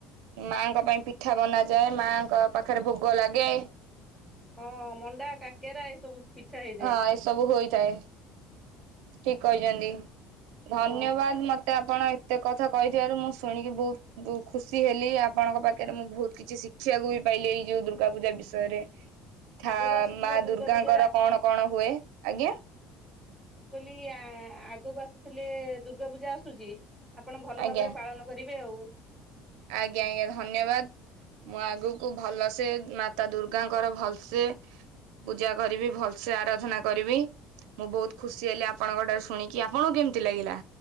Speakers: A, on the right; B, in the centre.
A: ମାଙ୍କ ପାଇଁ ପିଠା ବନାଯାଏ ମାଙ୍କ ପାଖରେ ଭୋଗ ଲାଗେ।
B: ହଁ ମଣ୍ଡା କାକେରା ଏସବୁ। ପିଠା ହେଇଥାଏ।
A: ହଁ ଏସବୁ ହୋଇଥାଏ। ଠିକ କହିଛନ୍ତି ଧନ୍ୟବାଦ
B: ହଁ
A: ମତେ ଆପଣ। ଏତେ କଥା କହିଥିବାରୁ ମୁଁ ଶୁଣିକି ବହୁତ ବୋ ଖୁସି ହେଲି ଆପଣଙ୍କ ପାଖରେ ମୁଁ ବହୁତ। କିଛି ଶିଖିବାକୁ ବି ପାଇଲେ ଏଇ ଯୋଉ ଦୁର୍ଗା ପୂଜା ବିଷୟରେ। ଥା
B: ଆଗକୁ ଆସୁଥିବା
A: ମା
B: ଦୁର୍ଗା
A: ଦୁର୍ଗାଙ୍କର
B: ପୂଜାରେ ଆପଣ
A: କଣ କଣ ହୁଏ, ଆଜ୍ଞା।
B: ମୁଁ କହିଲି ଆ ଆଗକୁ ଆସୁଥିଲେ ଦୁର୍ଗା ପୂଜା ଆସୁଛି। ଆପଣ ଭଲ
A: ଆଜ୍ଞା
B: ଭାବରେ ପାଳନ କରିବେ ଆଉ।
A: ଆଜ୍ଞା ଆଜ୍ଞା ଧନ୍ୟବାଦ। ମୁଁ ଆଗକୁ ଭଲସେ ମାତା ଦୁର୍ଗାଙ୍କର ଭଲସେ। ପୂଜା କରିବି ଭଲସେ ଆରାଧନା କରିବି। ମୁଁ ବହୁତ ଖୁସି ହେଲି ଆପଣଙ୍କଟାରୁ ଶୁଣିକି ଆପଣଙ୍କୁ କେମିତି ଲାଗିଲା।